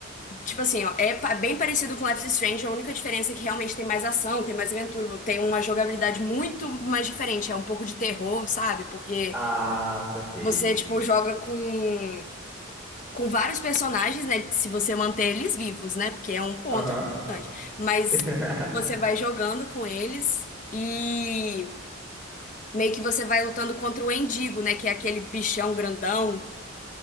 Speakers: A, on the left; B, in the centre.
A: Tipo assim, ó, é pa- bem parecido com Life is Strange, é a única diferença é que realmente tem mais ação, tem mais aventura, tem uma jogabilidade muito mais diferente, é um pouco de terror, sabe? Porque
B: Ah, saquei.
A: você, tipo, joga com, com vários personagens, né? Se você manter eles vivos, né? Porque é um ponto
B: Aham.
A: importante. Mas
B: <laughs>
A: você vai jogando com eles e meio que você vai lutando contra o Endigo, né? Que é aquele bichão grandão.